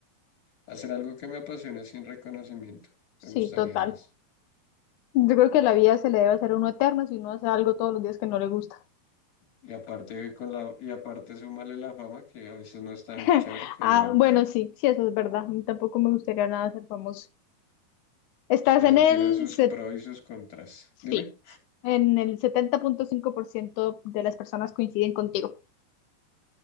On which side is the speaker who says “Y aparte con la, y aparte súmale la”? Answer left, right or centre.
Left